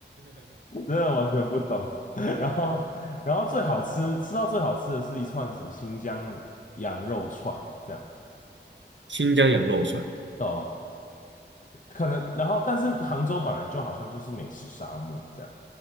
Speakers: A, on the left (about 45°); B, on the right (about 80°).
A: 真的完全不懂。<laughs> 然后，然后最好吃，吃到最好吃的是一串什么新疆羊肉串，这样，
B: 新疆羊肉串
A: 对啊可能，然后，但是杭州本来就好像就是美食沙漠这样，